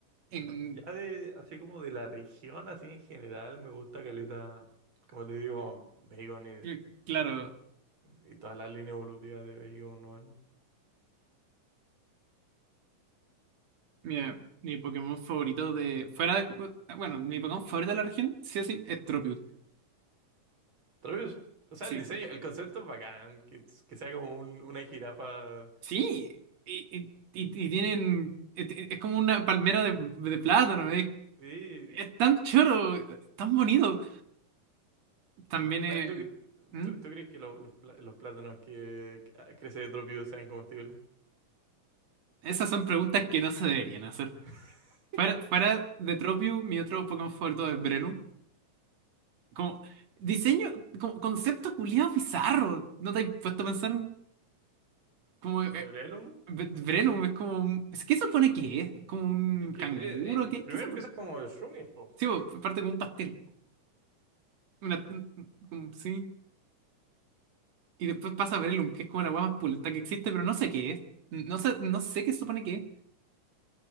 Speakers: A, on the right; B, on the right.
A: En,
B: Ya de, así como de la región, así en general, me gusta caleta, como te digo, Bacon y,
A: eh, claro,
B: y, y toda la línea evolutiva de Bacon, ¿no?
A: mira, mi Pokémon favorito de. Fuera de. Bueno, mi Pokémon favorito de la región, sí o sí, es Tropius.
B: Travis, o sea,
A: Sí.
B: el diseño, el concepto es bacán, que, que sea como un- una jirafa.
A: Sí. Y, y, y- y tienen. Es, es como una palmera de, de plátano, es,
B: Sí,
A: es tan choro, tan bonito. También.
B: Mari,
A: Eh,
B: ¿tú, cre-
A: ¿Mm?
B: tú, tú crees que lo- los, pla- los plátanos que, que, ah, crece de Tropio sean comestibles?
A: Esas son preguntas que no se deberían hacer.
B: <laughs>
A: Fuera, fuera de Tropiu, mi otro Pokémon favorito es Brenu. Como diseño, como concepto culiado bizarro. ¿No te has puesto a pensar? Como eh,
B: El de Brelum,
A: Bre- Brenu es como un- ¿es- ¿Qué se supone que es? ¿Es como un
B: es que
A: canguro?
B: eh, eh,
A: ¿Qué,
B: primero
A: qué se supone?
B: empieza como el Shumish, po.
A: Sí, bo, parte como un pastel. Una, un- un- un- sí. Y después pasa Brelum, que es como la hueá más pulenta que existe, pero no sé qué es. No sé, no sé qué se supone que es.